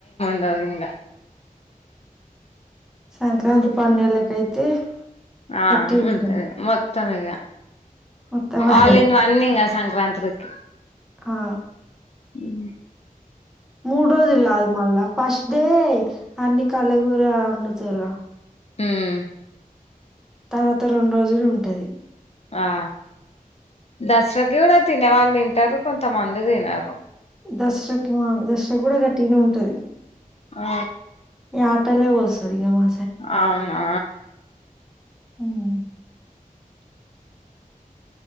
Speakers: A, on the left; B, in the centre.
A: ఇంగ
B: సంక్రాంతి పండుగలకైతే
A: ఆ
B: గట్టిగుంటది.
A: ఉంత మొత్తం మోత్తమిగా
B: మొత్తం అదే.
A: ఆల్ ఇన్ వన్నింగ్ అ సంక్రాంతిర్కి
B: ఆ
A: ఉమ్
B: మూడ్రోజుల్ కాదు మళ్ళ ఫస్ట్ దే అన్ని కలుగుర వండుతార
A: హ్మ్
B: తర్వాత రెండు రోజులు ఉంటది
A: ఆ దస్రాకి కూడ తినే వాళ్ళు తింటరు కొం తమంది తినరు
B: దస్రకి మాక్ దస్రా కూడ గట్టిగనే ఉంటది
A: ఆ
B: యాటలే కోస్సది ఇంగమా
A: అవునా
B: ఉమ్.